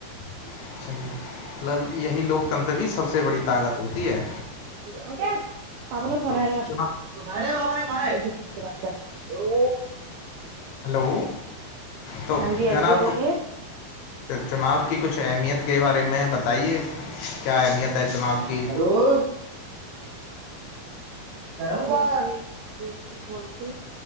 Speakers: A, on the left; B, on the right.
A: اچھا جی مطلب یہی لوکتنتر کی سب سے بڑی طاقت ہوتی ہے
B: ہمک پابل
A: اب
B: فون
A: تو
B: ہے ر
A: چنا-
B: تو گا بابا نے منا ہے ت بات کرل او
A: ہلو تو
B: ہاں جی ہاں
A: جناب
B: جی بولیے
A: چناؤ کی کچھ اہمیت کے بارے میں بتائیے کیا اہمیت ہے چناؤ کی
B: اور در ب ج ج ب